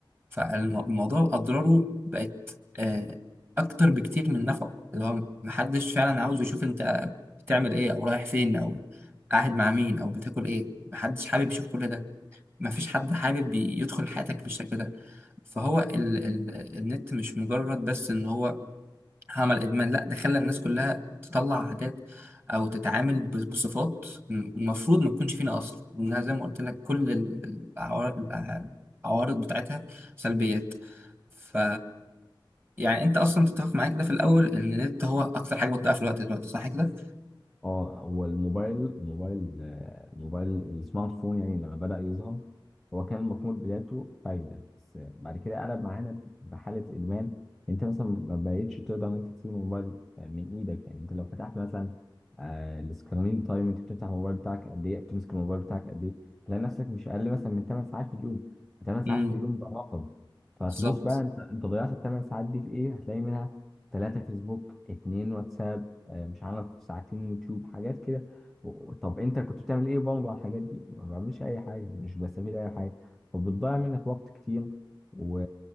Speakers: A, on the right (about 25°); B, in the centre.
A: فالموضوع أضراره بقت آه، أكتر بكتير من نفعه اللي هو محدش فعلا عاوز يشوف أنت بتعمل إيه أو رايح فين أو قاعد مع مين أو بتاكل إيه محدش حابب يشوف كل ده مفيش حد حابب يدخل حياتك بالشكل ده فهو ال ال النت مش مجرد بس إن هو عمل ادمان لا ده خلى الناس كلها تطلع عادات او تتعامل ب- بصفات م- المفروض ما تكونش فينا اصلا لانها زي ما قلت لك كل ال- ال- العوار- الع- العوارض بتاعتها سلبيات ف يعني انت اصلا تتفق معايا كده في الاول ان النت هو اكتر حاجه بتضيع في الوقت دلوقتي صح كده
B: اه هو الموبايل الموبايل آه، الموبايل السمارت فون يعني لما بدأ يظهر هو كان المفروض بدايته فايدة بس بعد كده قلب معانا بحالة إدمان أنت مثلا ما بقتش تقدر إن أنت تسيب الموبايل من إيدك يعني أنت لو فتحت مثلا آه، السكرين تايم أنت بتفتح الموبايل بتاعك قد إيه بتمسك الموبايل بتاعك قد إيه تلاقي نفسك مش أقل مثلا من 8 ساعات في اليوم 8 ساعات
A: امم
B: في اليوم ده رقم فتبص
A: بالظبط
B: بقى أنت أنت ضيعت ال 8 ساعات دي في إيه هتلاقي منها 3 فيسبوك 2 واتساب آه، مش عارف ساعتين يوتيوب حاجات كده و- طب انت كنت بتعمل ايه برضه على الحاجات دي ما بعملش اي حاجه مش بستفيد اي حاجه وبتضيع منك وقت كتير و...